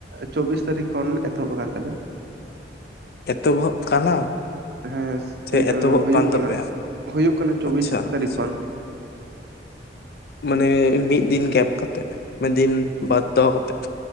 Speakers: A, on the right; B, on the left.
A: ᱪᱚᱵᱵᱤᱥ ᱛᱟᱹᱨᱤᱠᱷ ᱠᱷᱚᱱ ᱮᱛᱚᱦᱚᱵ ᱠᱟᱱ ᱛᱟᱞᱮᱭᱟ᱾
B: ᱮᱛᱚ-ᱵᱷᱚᱵ ᱠᱟᱱᱟ?
A: ᱦᱩᱸ
B: ᱥᱮ ᱮᱛᱚᱦᱚᱵ
A: ᱦᱩᱭᱩᱜ
B: ᱠᱟᱱ ᱛᱟᱯᱮᱭᱟ
A: ᱠᱟᱱᱟ ᱦᱩᱭᱩᱜ ᱠᱟᱱᱟ ᱪᱚᱵᱵᱤᱥ
B: ᱟᱪᱪᱷᱟ
A: ᱛᱟᱹᱨᱤᱠᱷ
B: ᱟᱪᱪᱷᱟ
A: ᱠᱷᱚᱱ᱾
B: ᱢᱟᱱᱮ ᱢᱤᱫ ᱫᱤᱱ ᱜᱮᱯ ᱠᱟᱛᱮᱜ ᱢᱤᱫ ᱫᱤᱱ ᱵᱟᱫᱽ ᱫᱷᱟᱣ ᱠᱟᱛᱮᱫ᱾